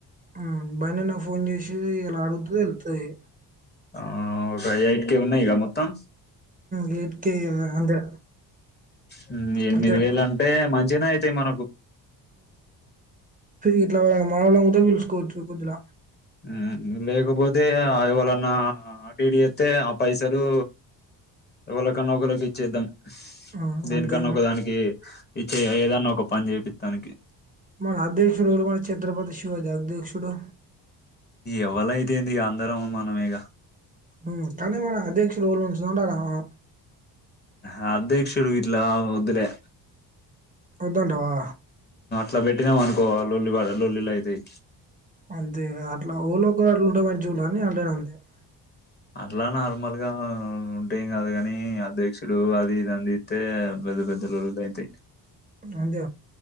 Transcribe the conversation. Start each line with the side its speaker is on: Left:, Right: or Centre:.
Right: అవును బున్నన్న నాకు ఫోన్ చేసి ఇలా అడుగుతే తెలుతది
Left: ఆ ఒక ఎయిట్‌కే ఉన్నాయి ఇగా మొత్తం
Right: గేట్కి అంతే
Left: హమ్ ఎనిమిది
Right: అంతే
Left: వేలు అంటే మంచిగానే అయి తేమనకు
Right: ఇట్లా మనవాళ్ళం కూడా పిలుచకోవచ్చు కొద్దిలా
Left: ఆ లే పోతే ఎవరన్నా అటు ఇటు చేస్తే ఆ పైస లు ఎవలకన్న ఒకలకి ఇచ్చేద్దాం <inaudible>
Right: ఉమ్,
Left: దేనికన్నా
Right: అంతే
Left: ఒకదానికి ఇ ఏదన్నా ఒక పని చేపిత్తానికి
Right: మరి అధ్యక్షుడు ఇచ్చి ఛత్రపతి శివాజి అధ్యక్షుడు
Left: ఎవలైతేంది అందరం మనమేగ
Right: ఉమ్ కాని మన అధ్యక్షుడు ఎవలు నుంచదమ్ ఉండాల ఆ
Left: ఆ అధ్యక్షుడు గిట్లా ఆ వద్దులే
Right: వద్దంటవా
Left: ఇట్లా పెట్టినావ్ అనుకో లొల్లిబాధ లొల్లిలు అయితాయి.
Right: అంతేగా ఓలోక అట్లా ఉంటే మంచిగ ఉన్న అన్ని అట్లనే ఉందే <unintelligible>
Left: అట్లా నార్మల్ గా ఉంటేం కాదు కాని, అధ్యక్షుడు అది ఇది తిడితే పెద్ద పెద్ద లొల్లిలు అయితాయి.
Right: అంతే